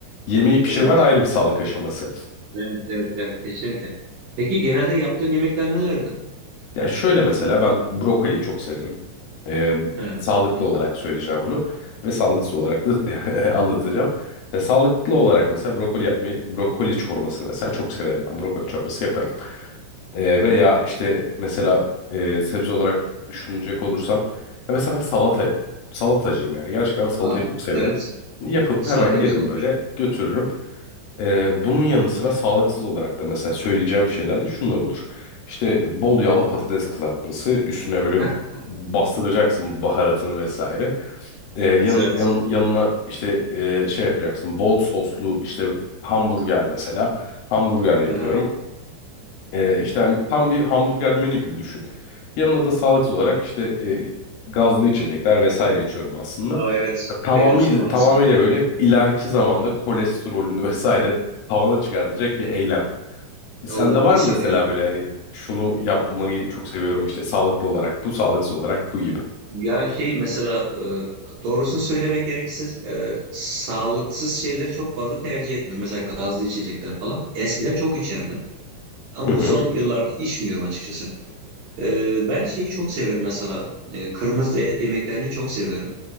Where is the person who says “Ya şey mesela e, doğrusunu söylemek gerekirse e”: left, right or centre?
Right